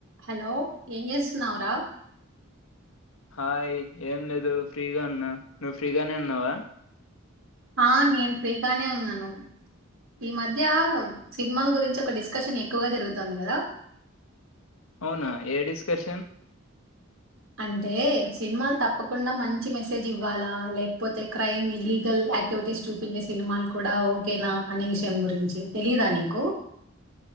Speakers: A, on the right; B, on the left.
A: Hello ఏం చేస్తున్నావ్ర
B: hi ఏం లేదు ఫ్రీగ ఉన్నా నువ్వు ఫ్రీగానే ఉన్నావా
A: ఆ నేను ఫ్రీగానే ఉన్నాను ఈ మధ్యా సినీమాల గురించి ఒక డిస్కషన్ ఎక్కువగ జరుగుతాంది కదా
B: అవున ఏ డిస్కర్షన్
A: అంటే సిన్మాల్ తప్పకుండ మంచి మెసేజ్ ఇవ్వాలా లేక్పోతే క్రైమ్ ఇల్లీగల్ యాక్టివిటీస్ చూపించే సినిమాలు కూడా ఓకేనా అనే విషయం గురించి తెలీద నీకు